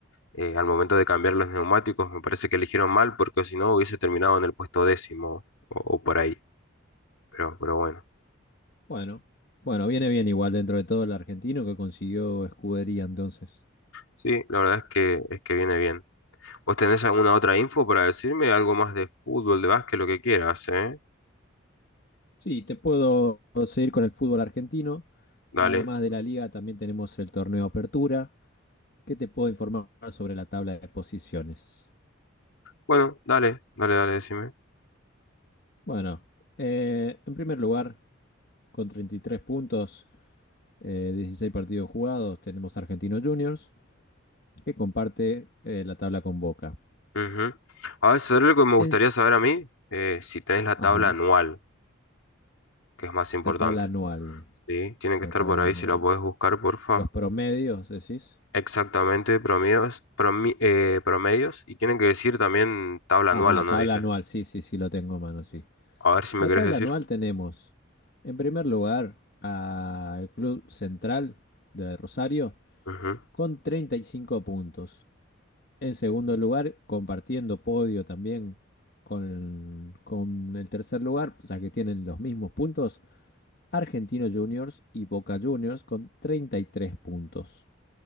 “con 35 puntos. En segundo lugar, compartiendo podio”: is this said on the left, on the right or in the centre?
Left